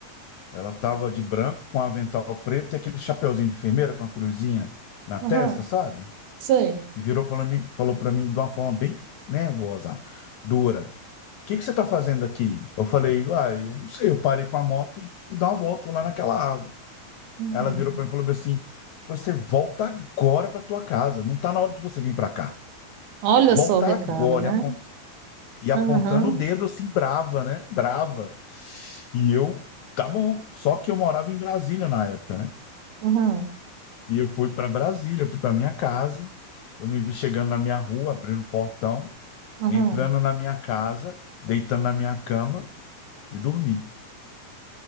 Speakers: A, on the left; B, on the right.
A: Ela estava de branco, com avental preto e aquele chapeuzinho de enfermeira com a cruzinha na testa,
B: aham,
A: sabe?
B: sei.
A: E virou para mim, falou para mim de uma forma bem nervosa, dura que que você está fazendo aqui? Eu falei, uai, eu não sei, eu parei com a moto e fui dar uma volta lá naquela árvore.
B: Uhum.
A: Ela virou para mim e falou assim: pois você volta agora para tua casa, não tá na hora de você vir para cá.
B: Olha
A: Volta
B: só o recado,
A: agora.
B: né?
A: E apon- e apontando
B: Aham,
A: o dedo assim, brava, né? Brava. E eu, tá bom. Só que eu morava em Brasília na época, né?
B: aham,
A: E eu fui para Brasília, fui para minha casa. Eu me vi chegando na minha rua, abrindo o portão,
B: aham.
A: entrando na minha casa, deitando na minha cama e dormi.